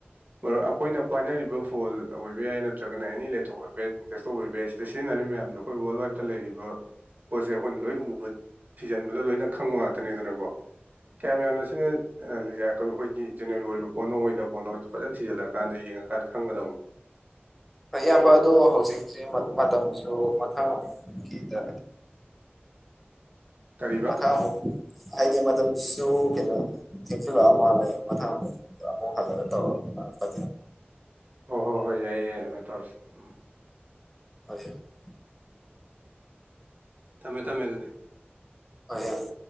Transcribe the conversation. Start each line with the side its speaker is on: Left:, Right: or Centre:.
Right: ꯃꯔ ꯑꯩꯈꯣꯏꯅ ꯄꯥꯏꯅꯔꯤꯕ ꯐꯣꯜ ꯑꯣꯏꯕ ꯌꯥꯏ ꯅꯠꯇ ꯅꯠꯇ꯭ꯔꯒꯅ ꯑꯦꯅꯤ ꯂꯩꯇꯊꯣꯛ ꯑꯣꯏꯕ ꯌꯥꯏ ꯇꯦꯁꯇꯣ ꯑꯣꯏꯕ ꯌꯥꯏ ꯁꯤꯗ ꯁꯤꯖꯤꯟꯅꯔꯤꯕ ꯃꯌꯥꯝꯁꯦ ꯑꯩꯈꯣꯏ ꯋꯥꯔꯜꯗ ꯋꯥꯏꯗꯇ ꯂꯩꯔꯤꯕ ꯄꯣꯠꯁꯦ ꯑꯩꯈꯣꯏꯅ ꯂꯣꯏ ꯎꯕ ꯊꯤꯖꯤꯟꯕꯗ ꯂꯣꯏꯅ ꯈꯪꯕ ꯉꯥꯛꯇꯅꯦꯗꯅꯀꯣ ꯀꯌꯥꯝ ꯌꯥꯝꯅ ꯁꯤꯅ ꯂꯤ ꯀꯩꯅꯣ ꯑꯩꯈꯣꯏꯒꯤ ꯖꯦꯔꯦꯜ ꯑꯣꯏꯔꯤꯕ ꯄꯣꯠꯣ ꯑꯣꯏꯗꯕ ꯄꯣꯠꯣꯣꯏꯗꯣ ꯐꯖꯅ ꯁꯤꯖꯜꯂꯑꯀꯥꯟꯗꯡꯉ ꯀꯀꯥꯟ ꯈꯪꯒꯗꯕꯅꯦ
Centre: ꯐꯩꯌꯥꯝꯕ ꯑꯗꯣ ꯍꯧꯖꯤꯛꯁꯦ ꯃꯇꯝꯁꯨ ꯃꯊꯪꯀꯤꯗ
Right: ꯀꯔꯤꯕ
Centre: ꯃꯊꯪ ꯑꯃꯨꯛ ꯍꯥꯏꯗꯤ ꯃꯇꯝꯁꯨ ꯀꯦꯂ ꯊꯦꯡ ꯂꯥꯛꯑꯣ ꯃꯥꯦ ꯃꯊꯪ ꯑꯃꯨꯛ ꯍ ꯍ ꯇ ꯀꯦ
Right: ꯍꯣꯏ ꯍꯣꯏ ꯍꯣꯏ ꯌꯥꯏꯌꯦ ꯌꯥꯏ ꯑꯗꯨꯃꯥꯏꯅ ꯇꯧꯔꯁꯤ ꯎꯝ
Centre: ꯑ <unintelligible>
Right: ꯊꯝꯃꯦ ꯊꯝꯃꯦ ꯑꯗꯨꯗꯤ
Centre: ꯍꫭꯏ ꯏꯌꯥꯝꯕ